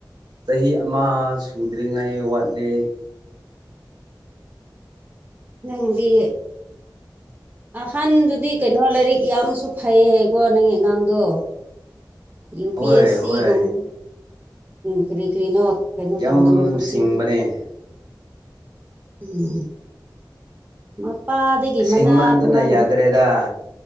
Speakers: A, on the right; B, on the right.
A: ꯆꯍꯤ ꯑꯃ ꯁꯨꯗ꯭ꯔꯤꯉꯩ ꯋꯥꯠꯂꯦ
B: ꯅꯪꯗꯤ ꯑꯍꯟꯗꯨꯗꯤ ꯀꯩꯅꯣ ꯂꯥꯏꯔꯤꯛ ꯌꯥꯝꯁꯨ ꯐꯩ ꯍꯥꯏꯀꯣ ꯅꯪꯒꯤ ꯑꯉꯥꯡꯗꯣ ꯌꯨ꯬ꯄꯤ꯬ꯑꯦ꯬ꯁꯤꯒꯨꯝꯕ
A: ꯍꯣꯏ ꯍꯣꯏ
B: ꯀꯔꯤ ꯀ꯭ꯔꯤꯅꯣ ꯀꯩꯅꯣ
A: ꯌꯥꯝ
B: ꯇꯧꯗꯅ ꯀꯣꯆꯤꯡ
A: ꯁꯤꯡꯕꯅꯦ
B: ꯎꯝ ꯃꯄꯥꯗꯒꯤ
A: ꯁꯤꯡꯃꯟꯗꯨꯅ
B: ꯃꯅꯥ <unintelligible>
A: ꯌꯥꯗ꯭ꯔꯦꯗ